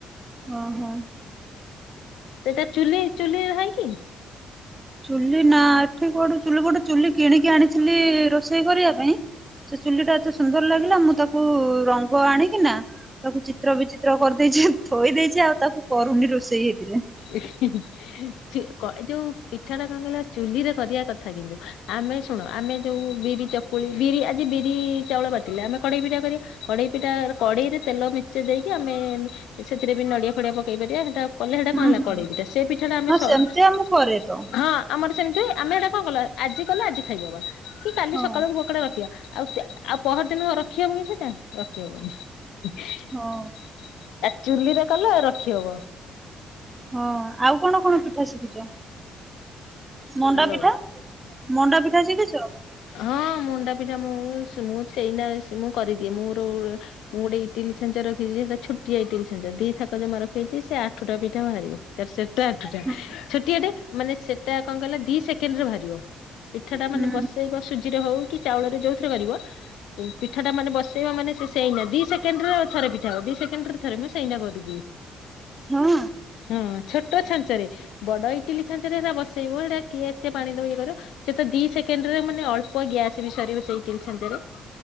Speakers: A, on the right; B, on the left.
A: ଅଁ ହଁ
B: ସେଟା ଚୁଲି ଚୁଲି ହଏକି?
A: ଚୁଲି ନା ଏଠି କୋଉଠି ଚୁଲି ଗୋଟେ ଚୁଲି କିଣିକି ଆଣିଥିଲି ରୋଷେଇ କରିବା ପାଇଁ ସେ ଚୁଲି ଟା ଏତେ ସୁନ୍ଦର ଲାଗିଲା ମୁଁ ତାକୁ ରଙ୍ଗ ଆଣିକି ନା ତାକୁ ଚିତ୍ର ବିଚିତ୍ର କରିଦେଇଛି ଥୋଇ ଦେଇଛି ଆଉ ତାକୁ କରୁନି ରୋଷେଇ ହେଇଥିରେ।
B: ଇ ଇ ସେ କ ଯୋଉ ପିଠା ଟା କଣ କିହିଲ ଚୁଲିରେ କରିବା କଥା କିନ୍ତୁ ଆମେ ଶୁଣ ଆମେ ଯୋଉ ବିରି ଚକ କୁଳି ବିରି ଆଜି ବିରି ଚାଉଳ ବାଟିଲେ ଆମେ କଡେଇ ପିଠା କରିବା କଡ଼େଇ ପିଟା ର କଡ଼େଇରେ ତେଲ ମି ସେ ଦେଇକି ଆମେ ସେଥିରେ ବି ନଡିଆ ଫଡିଆ ପକେଇ ପାରିବା ସେଟା କଲେ ସେଟା
A: ହୁଁ
B: କଣ ହେଲା
A: ହୁଁ
B: କଡେଇ ପିଠା ସେ ପିଠା ଟା ଆମେ
A: ହଁ
B: ସ
A: ସେମିତିଆ ମୁଁ କରେ ତ
B: ହଁ। ଆମର ସେମିତି ଆମେ ଏଇଟା କଣ କଲା ଆଜି କଲେ ଆଜି ଖାଇଦବା କି କାଲି
A: ହଁ
B: ସକାଳକୁ ବକଟେ ରଖିବା। ଆଉ କିଆ ଆଉ ପହରଦିନ ରଖି ହବନି ସେଇଟା ରଖିହବନି। ଇ
A: ହଁ।
B: ଆ ଚୁଲିରେ କଲେ ରଖି ହବ।
A: ହଁ ଆଉ କଣ କଣ ପିଠା ଶିଖିଛ? ମଣ୍ଡା
B: ହ୍ୟାଲୋ
A: ପିଠା ମଣ୍ଡା ପିଠା ଶିଖିଛ?
B: ହଁ ମୁଣ୍ଡା ପିଠା ମୁଁ ସ ମୁଁ ସେଇନା ସ ମୁଁ କରିଦିଏ ମୋର ମୁଁ ଗୋଟେ ଇଟିଲି ଛାଞ୍ଚ ରଖିଛି ଯେ ସେଟା ଛୋଟିଆ ଇଟିଲି ଛାଞ୍ଚ ଦିଥାକ ଜମା ରଖେଇଛି ସେ ଆଠଟା ପିଠା ବାହାରିବ। ତାର ସେଟା ଆଠୁଟା
A: ହୁଁ
B: ଛୋଟିଆଟେ ମାନେ ସେଟା କଣ କହିଲ ଦି ସେକେଣ୍ଡରେ ବାହାରିବ। ପିଠା ଟା ମାନେ
A: ହୁଁ
B: ବସେଇବ ସୁଜିରେ ହଉ କି ଚାଉଳରେ ଯୋଉଥିରେ କରିବ ଉଁ ପିଠା ଟା ମାନେ ବସେଇବ ମାନେ ସେ ସେଇନା ଦି ସେକେଣ୍ଡ ରେ ଥରେ ପିଠା ହବ ଦି ସେକେଣ୍ଡ ଥରେ ମୁଁ ସେଇନା କରିଦିଏ।
A: ହଁ
B: ହଁ ଛୋଟ ଛାଞ୍ଚ ରେ ବଡ ଇଟିଲି ଛାଞ୍ଚ ରେ ସେଟା ବସେଇବ ଏଇଟା କିଏ ଏତେ ପାଣି ଦବ ଇଏ କରିବ ସେ ତ ଦି ସେକେଣ୍ଡ୍ ରେ ମାନେ ଅଳ୍ପ ଗ୍ୟାସ୍ ବି ସରିବ ସେଇ ଇଟିଲି ଛାଞ୍ଚରେ।